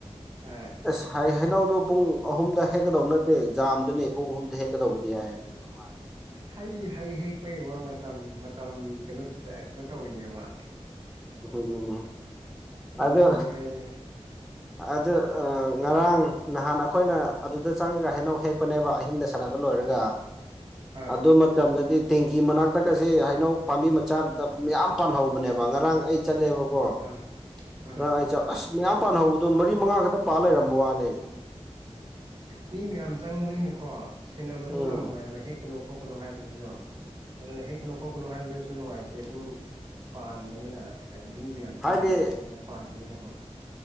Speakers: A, on the right (about 40°); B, in the centre.
A: ꯍꯣꯏ
B: ꯑꯁ ꯍꯥꯏꯩꯅꯧ ꯑꯗꯨ ꯄꯨꯡ ꯑꯍꯨꯝꯗ ꯍꯦꯛꯀꯗꯧꯕ ꯅꯠꯇꯦ ꯖꯥꯝꯗꯨꯅꯦ ꯄꯨꯡ ꯑꯍꯨꯝꯗ ꯍꯦꯛꯀꯗꯧꯕꯗꯤ ꯍꯥꯏꯕꯅꯦꯕ ꯃꯥꯅ
A: ꯍꯩ ꯍꯩ ꯍꯦꯛꯄ ꯌꯦꯡꯕ ꯃꯇꯝ ꯃꯇꯝ ꯀꯩꯅꯣ ꯀꯩꯅꯣ ꯇꯧꯋꯤꯅꯦꯕ
B: ꯎꯝꯝ ꯑꯗꯣ
A: ꯂꯩꯕ ꯍꯥꯏꯁꯦ
B: ꯑꯗ ꯑ ꯉꯔꯥꯡ ꯅꯍꯥꯟ ꯑꯩꯈꯣꯏꯅ ꯑꯗꯨꯗ ꯆꯪꯉꯒ ꯍꯩꯅꯧ ꯍꯦꯛꯄꯅꯦꯕ ꯑꯍꯤꯡꯗ ꯁꯥꯟꯅꯕ ꯂꯣꯏꯔꯒ
A: ꯍꯣꯏ
B: ꯑꯗꯨꯗ ꯃꯗꯗꯤ ꯇꯦꯡꯀꯤ ꯃꯅꯥꯛꯇꯒꯁꯦ ꯍꯩꯅꯧ ꯄꯥꯝꯕꯤ ꯃꯆꯥꯗꯨꯗ ꯃꯌꯥꯝ ꯄꯥꯟꯍꯧꯕꯅꯦꯕ ꯉꯔꯥꯡ ꯑꯩ ꯆꯠꯂꯦꯕꯀꯣ
A: ꯑꯥ ꯑꯥ
B: ꯉꯥꯡ ꯑꯩ ꯆ ꯑꯁ ꯃꯌꯥꯝ ꯄꯥꯍꯧꯕꯗꯣ ꯃꯔꯤ ꯃꯉꯥ ꯈꯛꯇ ꯄꯥꯜ ꯂꯩꯔꯝꯕ ꯋꯥꯅꯦ
A: ꯃꯤ ꯃꯌꯥꯝ ꯆꯪꯕꯅꯤꯅꯨꯀꯣ ꯁꯦꯟꯅꯕꯁꯨ
B: ꯎꯝ
A: ꯉꯝꯃꯣꯏ ꯍꯥꯏꯕ ꯍꯦꯛ ꯀꯩꯅꯣ ꯈꯣꯠꯀꯅꯨ ꯍꯥꯏꯕꯗꯨꯁꯨ ꯑꯗꯨꯅ ꯍꯦꯛꯀꯅꯨ ꯈꯣꯠꯀꯅꯨ ꯍꯥꯏꯕꯗꯨꯁꯨ ꯅꯨꯡꯉꯥꯏꯇꯦ ꯑꯗꯨꯝ ꯄꯥꯟꯕꯅꯤꯅ ꯃꯤ ꯃꯌꯥꯝ
B: ꯍꯥꯏꯗꯤ
A: ꯆꯥꯅꯕ ꯊꯄꯄ ꯄꯥꯟꯕꯅꯤꯅꯀꯣ